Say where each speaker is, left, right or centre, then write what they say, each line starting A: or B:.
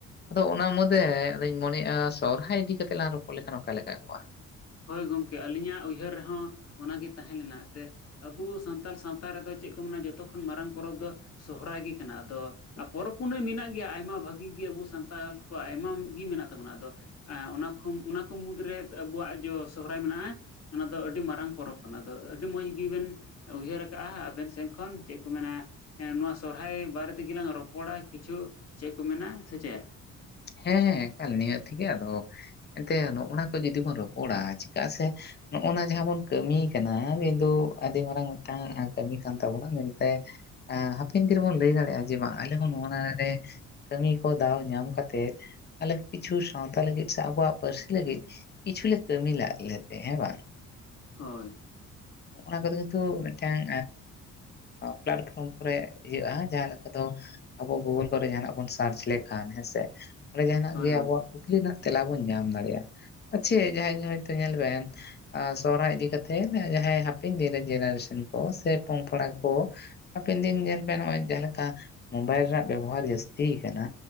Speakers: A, on the left; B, on the left.
A: ᱟᱫᱚ ᱚᱱᱟ ᱢᱩᱫᱫᱮ ᱟᱫᱚᱧ ᱢᱚᱱᱮᱫ-ᱟ ᱥᱚᱦᱦᱟᱭ ᱤᱫᱤ ᱠᱟᱛᱮᱜ ᱞᱟᱝ ᱨᱚᱯᱚᱲ ᱞᱮᱠᱷᱟᱱ ᱚᱠᱟ ᱞᱮᱠᱟᱚᱜᱼᱟ?
B: ᱦᱳᱭ ᱜᱚᱢᱠᱮ ᱟᱹᱞᱤᱧᱟᱜ ᱩᱭᱦᱟᱹᱨ ᱨᱮᱦᱚᱸ ᱚᱱᱟᱜᱮ ᱛᱟᱦᱮᱸ ᱞᱮᱱᱟ ᱮᱱᱛᱮᱫ ᱟᱵᱚ ᱥᱟᱱᱛᱟᱲ ᱥᱟᱶᱛᱟ ᱨᱮᱫᱚ ᱪᱮᱫ ᱠᱚ ᱢᱮᱱᱟ ᱡᱚᱛᱚ ᱠᱷᱚᱱ ᱢᱟᱨᱟᱝ ᱯᱚᱨᱚᱵᱽ ᱫᱚ ᱥᱚᱦᱚᱨᱟᱭ ᱜᱮ ᱠᱟᱱᱟ ᱟᱫᱚ ᱟᱨ ᱯᱚᱨᱚᱵᱽ ᱯᱩᱱᱟᱹᱭ ᱢᱮᱱᱟᱜ ᱜᱮᱭᱟ ᱟᱭᱢᱟ ᱵᱷᱟᱹᱜᱤ ᱜᱮ ᱟᱵᱚ ᱥᱟᱱᱛᱟᱲ ᱠᱚᱣᱟᱜ ᱟᱭᱢᱟ ᱜᱮ ᱢᱮᱱᱟᱜ ᱛᱟᱵᱚᱱᱟ ᱟᱫᱚ ᱚᱱᱟ ᱠᱚ ᱚᱱᱟ ᱠᱚ ᱢᱩᱫᱽᱨᱮ ᱟᱵᱚᱣᱟᱜ ᱡᱚ ᱥᱚᱦᱨᱟᱭ ᱢᱮᱱᱟᱜ-ᱟ᱾ ᱚᱱᱟ ᱫᱚ ᱟᱹᱰᱤ ᱢᱟᱨᱟᱝ ᱯᱚᱨᱚᱵᱽ ᱠᱟᱱᱟ᱾ ᱟᱫᱚ ᱟᱹᱰᱤ ᱢᱚᱸᱡᱽ ᱜᱮᱵᱮᱱ ᱩᱭᱦᱟᱹᱨ ᱟᱠᱟᱟᱜ-ᱟ ᱟᱵᱮᱱ ᱥᱮᱱ ᱠᱷᱚᱱ ᱪᱮᱫ ᱠᱚ ᱢᱮᱱᱟ ᱦᱮᱸ ᱱᱚᱣᱟ ᱥᱚᱨᱦᱟᱭ ᱵᱟᱨᱮ ᱛᱮᱜᱮ ᱞᱟᱝ ᱨᱚᱯᱚᱲᱟ ᱠᱤᱪᱷᱩ ᱪᱮᱫ ᱠᱚ ᱢᱮᱱᱟ ᱥᱮ ᱪᱮᱫ
A: ᱦᱮᱸ ᱦᱮᱸ ᱮᱠᱟᱞ ᱱᱤᱭᱟᱹ ᱛᱷᱮᱜᱮ ᱟᱫᱚ ᱮᱱᱛᱮ ᱱᱚᱜᱼᱱᱟ ᱠᱚ ᱡᱩᱫᱤ ᱵᱚᱱ ᱨᱚᱯᱚᱲᱟ ᱪᱤᱠᱟᱜ ᱥᱮ ᱱᱚᱜᱼ ᱱᱟ ᱡᱟᱦᱟᱸ ᱵᱚᱱ ᱠᱟᱹᱢᱤ ᱠᱟᱱᱟ ᱠᱤᱱᱛᱩ ᱟᱹᱰᱤ ᱢᱟᱨᱟᱝ ᱢᱤᱫᱴᱟᱝ ᱠᱟᱹᱢᱤ ᱠᱟᱱ ᱛᱟᱵᱚᱱᱟ ᱢᱮᱱᱛᱮ ᱦᱟᱯᱮᱱ ᱫᱤᱱᱮ ᱵᱚᱱ ᱞᱟᱹᱭ ᱫᱟᱲᱮᱭᱟᱜ-ᱟ ᱡᱮ ᱵᱟᱝ ᱟᱞᱮ ᱦᱚᱸ ᱱᱚᱣᱟᱨᱮ ᱠᱟᱹᱢᱤ ᱠᱚ ᱫᱟᱣ ᱧᱟᱢ ᱠᱟᱛᱮ ᱟᱞᱮ ᱠᱤᱪᱷᱩ ᱥᱟᱶᱛᱟ ᱞᱟᱹᱜᱤᱫ ᱥᱮ ᱟᱵᱚᱣᱟᱜ ᱯᱟᱹᱨᱥᱤ ᱞᱟᱹᱜᱤᱫ ᱠᱤᱪᱷᱩ ᱞᱮ ᱠᱟᱹᱢᱤ ᱞᱟᱜ ᱞᱮ ᱛᱮ ᱦᱮᱸ ᱵᱟᱝ
B: ᱦᱳᱭ
A: ᱚᱱᱟ ᱠᱚᱫᱚ ᱠᱤᱱᱛᱩ ᱢᱤᱫᱴᱟᱝ ᱯᱞᱟᱴᱯᱷᱨᱚᱢ ᱠᱚᱨᱮ ᱤᱭᱟᱹᱜ-ᱟ ᱡᱟᱦᱟᱸ ᱞᱮᱠᱟ ᱫᱚ ᱟᱵᱚ ᱜᱩᱜᱳᱞ ᱠᱚᱨᱮ ᱡᱟᱦᱟᱱᱟᱜ ᱵᱚᱱ ᱥᱟᱨᱪ ᱞᱮᱠᱷᱟᱱ ᱦᱮᱸᱥᱮ ᱚᱸᱰᱮ ᱡᱟᱦᱟᱱᱟᱜ
B: ᱦᱳᱭ
A: ᱜᱮ
B: ᱦᱳᱭ
A: ᱟᱵᱚ ᱠᱩᱠᱞᱤ ᱨᱮᱱᱟᱜ ᱛᱮᱞᱟ ᱵᱚᱱ ᱧᱟᱢ ᱫᱟᱲᱮᱭᱟᱜᱼᱟ᱾ ᱟᱪᱪᱷᱮ ᱡᱟᱦᱟᱸᱭ ᱦᱚᱭᱛᱚ ᱧᱮᱞ ᱵᱮᱱ ᱥᱚᱨᱦᱟᱭ ᱤᱫᱤᱠᱟ ᱠᱟᱛᱮᱜ ᱡᱟᱦᱟᱸᱭ ᱦᱟᱯᱮ ᱫᱮ ᱡᱮᱱᱟᱨᱮᱥᱚᱱ ᱠᱚ ᱥᱮ ᱯᱚᱢᱯᱚᱲᱟ ᱠᱚ ᱦᱟᱯᱮᱱ ᱫᱤᱱ ᱧᱮᱞ ᱯᱮ ᱱᱚᱜᱼ ᱡᱟᱦᱟᱸᱮ ᱞᱮᱠᱟ ᱢᱳᱵᱟᱭᱤᱞ ᱨᱮᱱᱟᱜ ᱵᱮᱵᱚᱦᱟᱨ ᱡᱟᱹᱥᱛᱤ ᱠᱟᱱᱟ